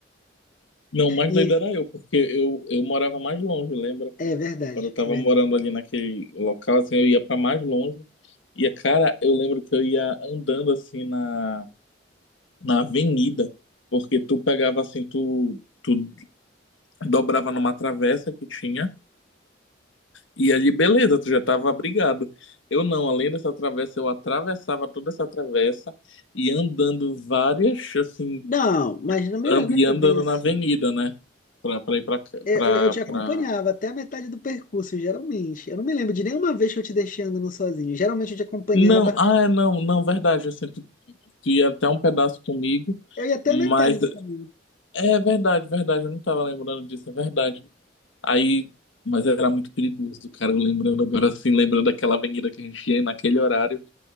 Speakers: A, on the left; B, on the left.
A: Não, o mais
B: E
A: doido era eu, porque eu, eu morava mais longe, lembra?
B: é verdade,
A: Quando eu tava
B: verdade.
A: morando ali naquele local, assim, eu ia pra mais longe. E, cara, eu lembro que eu ia andando assim na na avenida, porque tu pegava assim, tu, tu dobrava numa travessa que tinha, e ali beleza, tu já tava abrigado. Eu não, além dessa travessa, eu atravessava toda essa travessa e andando várias, assim,
B: Não, mas não
A: and,
B: era não
A: e andando
B: era bem assim.
A: na avenida, né? Pra, pra ir pra, ca-
B: Eu,
A: pra,
B: eu, eu te
A: pra...
B: acompanhava até a metade do percurso, geralmente. Eu não me lembro de nenhuma vez que eu te deixei andando sozinho. Geralmente eu te acompanhava,
A: Não, ah, é, não, não, verdade, assim, tu, tu ia até um pedaço comigo,
B: eu ia até
A: mas
B: a metade do caminho.
A: é verdade, verdade, eu não tava lembrando disso, é verdade. Aí, mas era muito perigoso, cara. Eu Lembrando agora, assim, lembrando daquela avenida que a gente ia naquele horário,